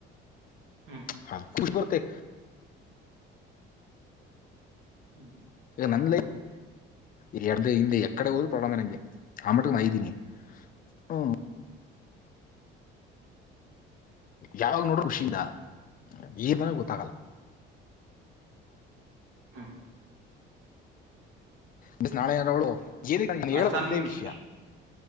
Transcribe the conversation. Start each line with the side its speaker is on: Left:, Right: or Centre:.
Right: ಹ್ಞೂ
Left: ಹಾ ಪುಷ್ಪ ಅವರ ಕೈ....
Right: ಹ್ಮ್
Left: ಎ ನಂದ್ಲೆ ಎ ಇ ಎಕಡೆ ಊರು ಪಳಂದನಂಗೆ ಆಮಟಿಗೆ ಮೈದೀಿನಿ ಹ್ಮ <unintelligible> ಯಾವಾಗ ನೋಡು ಖುಷಿ ಇದಾ <unintelligible> ಗೊತ್ತಾಗಲ್ಲ
Right: ಹ್ಮ
Left: ಬಿಸ್ ನಾಳೆ ಏನಾರ ಅವಳು ಏನಕ ಹೇಳದ್
Right: ಆಸಾನ್
Left: ಒಂದೇ
Right: ಮಿಕ್ಕಿ
Left: ವಿಷಯ.